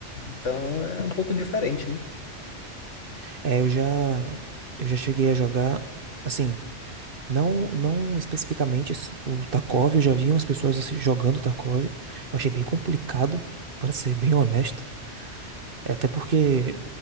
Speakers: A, on the left (about 80°); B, on the right (about 50°).
A: Então é um pouco diferente, né?
B: É, eu já. Eu já cheguei a jogar. Assim, não, não especificamente esse- o Tarkov, eu já vi umas pessoas assim, jogando Tarkov. Eu achei bem complicado, para ser bem honesto. É, Até porque